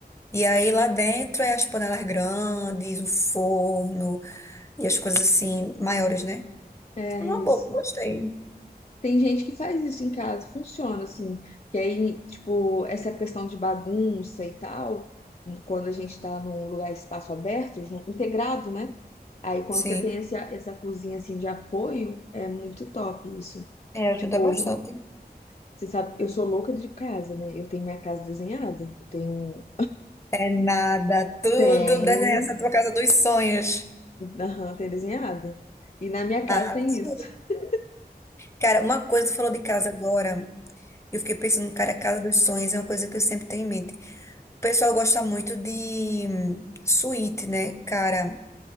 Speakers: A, on the left; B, on the left.
A: E aí lá dentro é as panelas grandes, o forno e as coisas assim maiores, né?
B: é
A: Uma
B: isso.
A: boa, gostei.
B: Tem gente que faz isso em casa, funciona assim. Que aí, tipo, essa questão de bagunça e tal, quando a gente tá num lugar, espaço aberto, jun- integrado, né? Aí quando
A: Sim,
B: você tem esse, essa cozinha assim de apoio, é muito top isso.
A: é, ajuda
B: Tipo,
A: bastante.
B: você sabe, eu sou louca de casa, né? Eu tenho minha casa desenhada. Eu tenho.
A: É nada, tudo
B: Tenho.
A: desenhar essa tua casa dos sonhos.
B: Aham, tem desenhada. E na minha casa
A: Arrasou.
B: tem isso. <laughs>
A: Cara, uma coisa que tu falou de casa agora, eu fiquei pensando, cara, a casa dos sonhos é uma coisa que eu sempre tenho em mente. O pessoal gosta muito de hum, suíte, né? Cara,